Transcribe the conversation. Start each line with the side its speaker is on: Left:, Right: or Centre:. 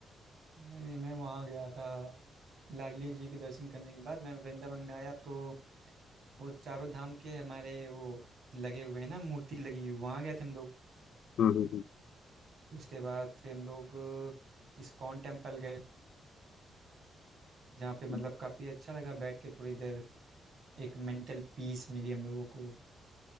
Right: नहीं नहीं मैं वहाँ गया था लाडली जी के दर्शन करने के बाद मैं वृंदावन में आया तो वो चारों धाम के हमारे वो लगे हुए हैं ना मूर्ति लगी हुई वहाँ गए थे हम लोग
Left: हम्म हम्म
Right: उसके बाद फिर हम लोग अ, इस्कॉन टेम्पल गए जहाँ पे मतलब
Left: हम्म।
Right: काफ़ी अच्छा लगा बैठ के थोड़ी देर एक मेंटल पीस मिली हम लोगों को